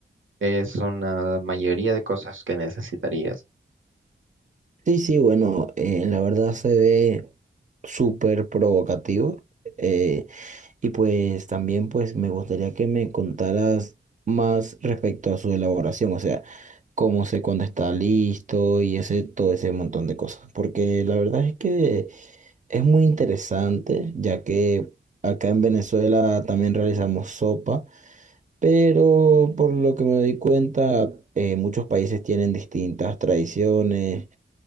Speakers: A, on the right; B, on the right.
A: que son la mayoría de cosas que necesitarías.
B: Sí, sí, bueno, eh, la verdad se ve súper provocativo. eh, Y pues también pues me gustaría que me contaras más respecto a su elaboración, o sea, cómo sé cuándo está listo y ese todo ese montón de cosas, porque la verdad es que es muy interesante, ya que acá en Venezuela también realizamos sopa, pero por lo que me doy cuenta, eh, muchos países tienen distintas tradiciones,